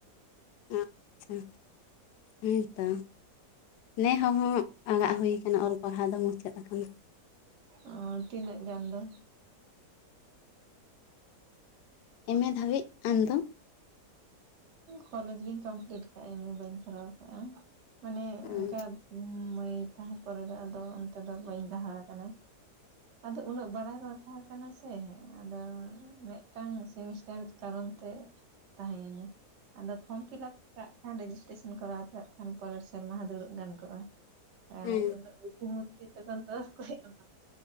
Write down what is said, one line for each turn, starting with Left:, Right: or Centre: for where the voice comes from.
Left: ᱟᱪᱪᱷᱟ ᱦᱮᱸ ᱛᱚ ᱱᱮ ᱦᱚᱸ ᱦᱚᱸ ᱟᱸᱲᱟᱜ ᱦᱩᱭ ᱟᱠᱟᱱᱟ ᱚᱞ ᱯᱟᱲᱦᱟᱣ ᱫᱚ ᱢᱩᱪᱟᱹᱫ ᱟᱠᱟᱱᱟ᱾
Right: ᱚᱸ ᱛᱤᱱᱟᱹᱜ ᱜᱟᱱ ᱫᱚ?
Left: ᱮᱢᱮ ᱫᱷᱟᱹᱵᱤᱡᱽ ᱟᱢ ᱫᱚ?
Right: ᱠᱚᱞᱮᱡᱽ ᱜᱤᱧ ᱠᱚᱢᱯᱞᱤᱴ ᱟᱠᱟᱜᱼᱟ ᱮᱢᱮ ᱵᱟᱹᱧ ᱠᱚᱨᱟᱣ ᱟᱠᱟᱫᱼᱟ ᱢᱟᱱᱮ
Left: ᱦᱮᱸ
Right: ᱚᱱᱠᱟ ᱦᱩᱢ ᱢᱟᱹᱭ ᱛᱟᱦᱮᱸ ᱯᱚᱨᱮ ᱫᱚ ᱟᱫᱚ ᱚᱱᱛᱮ ᱫᱚ ᱵᱟᱹᱧ ᱞᱟᱦᱟ ᱟᱠᱟᱱᱟ᱾ ᱟᱫᱚ ᱩᱱᱟᱹᱜ ᱵᱟᱲᱟᱭ ᱦᱚᱸ ᱛᱟᱦᱮᱸ ᱠᱟᱱᱟ ᱥᱮ ᱟᱫᱚ ᱢᱤᱫ ᱴᱟᱝ ᱥᱮᱢᱤᱥᱴᱟᱨ ᱠᱟᱨᱚᱱ ᱛᱮ ᱛᱟᱦᱮᱸᱱᱟᱡᱽ ᱟᱫᱚ ᱯᱷᱚᱨᱚᱢ ᱯᱷᱤᱞᱟᱯ ᱠᱟᱜᱽ ᱠᱷᱟᱱ ᱨᱮᱡᱤᱥᱴᱨᱮᱥᱚᱱ ᱠᱚᱨᱟᱣ ᱠᱟᱜᱽ ᱠᱷᱟᱱ ᱯᱚᱨᱮᱨ ᱥᱮᱨᱢᱟ ᱦᱚᱸ ᱫᱩᱲᱩᱵ ᱜᱟᱱ ᱠᱚᱜᱼᱟ᱾ ᱟᱨ
Left: ᱦᱮᱸ
Right: ᱩᱱᱟᱹᱜ ᱩᱱᱩᱢᱚᱛᱤ ᱛᱚᱠᱷᱚᱱ ᱫᱚ ᱠᱚ ᱮᱢᱟ